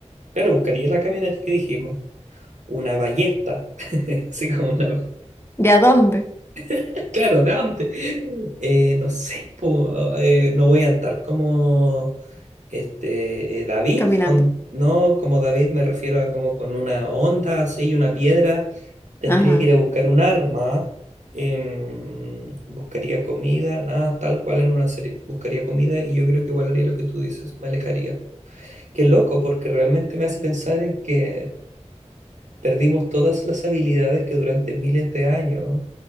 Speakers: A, on the right; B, on the left.
A: Claro, buscaría la camioneta que dijimos, una ballesta, <laughs> así como una...
B: ¿De a dónde?
A: <laughs> Claro, de antes. Eh, no sé, po, eh, no voy a andar como este, eh, David,
B: Caminando.
A: on- no, como David me refiero a como con una onda así y una piedra. Tendría
B: Ajá.
A: que ir a buscar un arma, em, buscaría comida, nada, tal cual en una serie. Buscaría comida y yo creo que igual haría lo que tú dices, me alejaría. Qué loco, porque realmente me hace pensar en que Perdimos todas las habilidades que durante miles de años